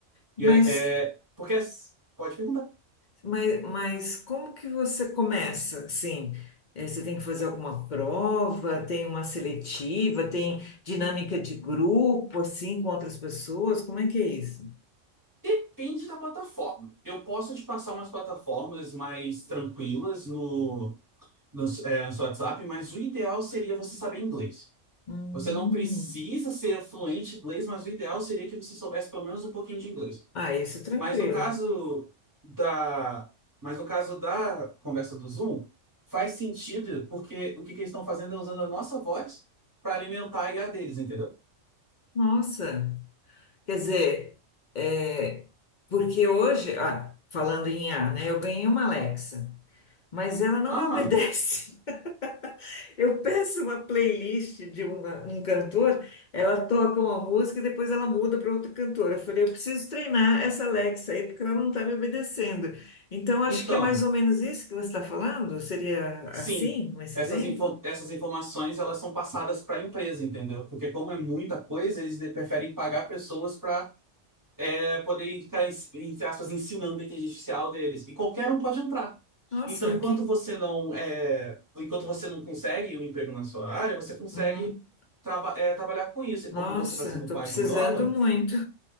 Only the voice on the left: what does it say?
Mas,
mas, mas como que você começa? Sim, é, você tem que fazer alguma prova, tem uma seletiva, tem dinâmica de grupo, assim, com outras pessoas? Como é que é isso?
Hum,
ah, isso é tranquilo.
Nossa. Quer dizer, é, porque hoje, ah, falando em A, né, eu ganhei uma Alexa, mas ela não
me obedece. <laughs> Eu peço uma playlist de uma- um cantor, ela toca uma música e depois ela muda para outro cantor. Eu falei, eu preciso treinar essa Alexa aí, porque ela não está me obedecendo. Então, acho
que é mais ou menos isso que você está falando? Seria
assim, esse
exemplo?
Nossa,
aqui.
Uhum.
Nossa,
estou
precisando
muito.